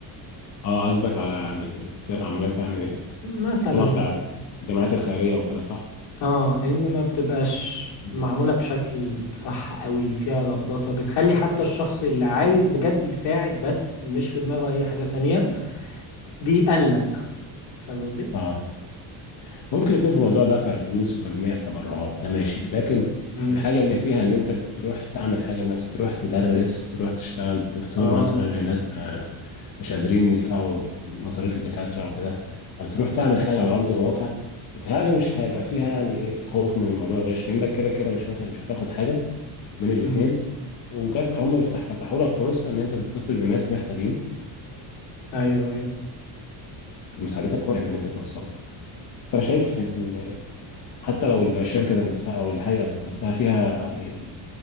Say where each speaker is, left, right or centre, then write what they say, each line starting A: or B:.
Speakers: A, on the left; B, on the left.
A: اه قصدك على يعني سير عمليات يعني
B: مثلا
A: السمعة بتاعت الجامعات الخيرية وكده صح؟
B: اه إن ما بتبقاش
A: مم.
B: معمولة بشكل صح قوي فيها لخبطة بتخلي حتى الشخص اللي عايز بجد يساعد بس مش في دماغه أي حاجة تانية بيقلق فاهم قصدي؟
A: اه ممكن يكون في موضوع دفع الفلوس وتجميع تبرعات ده ماشي لكن
B: مم.
A: الحاجة اللي فيها ان انت تروح تعمل حاجة بنفسك تروح تدرس تروح تشتغل دكتور
B: اه
A: مثلا لناس ما مش قادرين يدفعوا مصاريف الدكاترة وكده او تروح تعمل حاجة على ارض الواقع بتهيألي مش هيبقى فيها يعني ايه خوف من الموضوع الغش لانك كده كده مش واخد مش هتاخد حاجة من الاتنين
B: مم.
A: وجات لهم هم بيفتح فتحوا لك فرصة ان انت تتصل بناس محتاجين
B: أيوه أيوه
A: مساعدتك واقف ان انت توصلهم فانا شايف ان حتى لو الشركة ذات نفسها أو الهيئة ذات نفسها فيها يعني